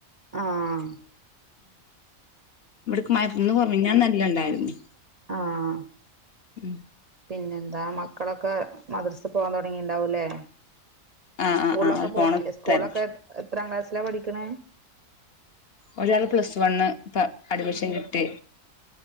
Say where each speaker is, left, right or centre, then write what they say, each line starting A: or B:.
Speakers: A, on the right; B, on the left.
A: ആ ഹ്
B: ഇവിടക്ക് മഴ ഇന്ന് കുറഞ്ഞ മിനിഞ്ഞാന്ന് നല്ല ഇണ്ടായിരുന്നു.
A: ആഹ്
B: ഉം
A: പിന്നെന്താ മക്കളൊക്കെ മദ്രസ പോകാൻ തുടങ്ങിണ്ടാവൂലേ
B: ആഹ്
A: സ്കൂളിലൊക്കെ
B: ആഹ് ആഹ് ഓല്
A: പോണില്ലേ
B: പോണ
A: സ്കൂളിലൊക്കെ
B: തെര
A: എത്രാം ക്ലാസ്സിലാ പഠിക്കണേ
B: ഒരാള് പ്ലസ് വൺ ഇപ്പൊ അഡ്മിഷൻ കിട്ടി